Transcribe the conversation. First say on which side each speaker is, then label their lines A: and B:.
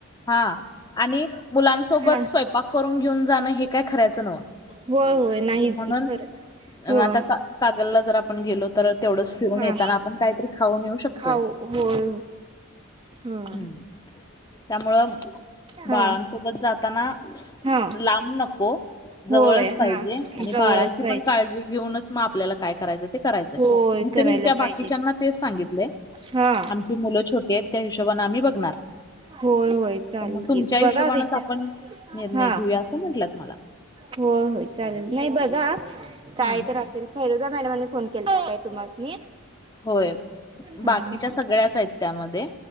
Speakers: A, on the left (about 15°); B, on the right (about 25°).
A: हा आणि मुलांसोबत
B: हा
A: स्वयंपाक करून घेऊन जाणं हे काय करायचं नव्ह.
B: होय होय नाहीच
A: म्हणून
B: की खरंच होय
A: आता कागलला जर आपण गेलो तर तेवढच फिरून
B: हा
A: येताना आपण काहीतरी खाऊन येऊ शकतोय.
B: खाऊ होय ह
A: हम्म त्यामुळं
B: हा
A: बाळांसोबत जाताना. लांब
B: हा
A: नको जवळच
B: होय
A: पाहिजे
B: हा
A: आणि
B: जवळच
A: बाळांची
B: पाहिजे
A: पण काळजी घेऊनच म आपल्याला काय करायचं ते करायचंय.
B: होय
A: मी
B: करायला
A: तरी त्या
B: पाहिजे
A: बाकीच्यांना तेच सांगितलंय.
B: हा
A: आमची मुलं छोटी आहेत त्या हिशोबाने आम्ही बघणार
B: होय होय चालेल
A: तर मग तुमच्या
B: की
A: हिशोबानेच
B: बघा विचार
A: आपण निर्णय
B: हा
A: घेऊया असं म्हटलत मला.
B: होय, होय चालेल नाही बघा काय
A: हम्म
B: तर असेल फैरोजा मॅडमनी फोन केलता काय तुम्हासनी?
A: होय
B: हा
A: बाकीच्या
B: हा
A: सगळ्याच आहेत त्यामध्ये.